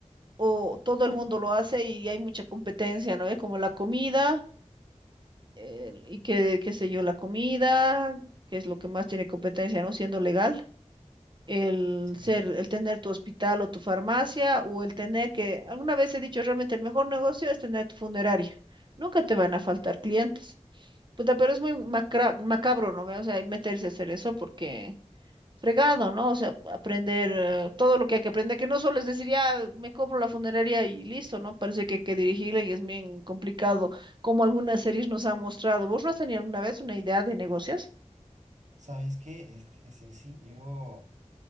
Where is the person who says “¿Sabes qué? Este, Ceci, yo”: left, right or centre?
Right